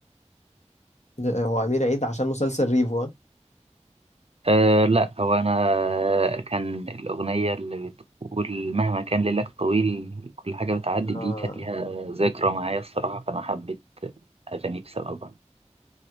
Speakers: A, on the left (about 70°); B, on the right (about 55°).
A: ده- هو امير عيد عشان مسلسل ريفو ها؟
B: أه لا هو أنا كان الأغنية اللي بتقول مهما كان ليلك طويل كل حاجة بتعدي
A: اه
B: دي كانت ليها ذكرى معايا الصراحة فأنا حبيت أغاني بسببها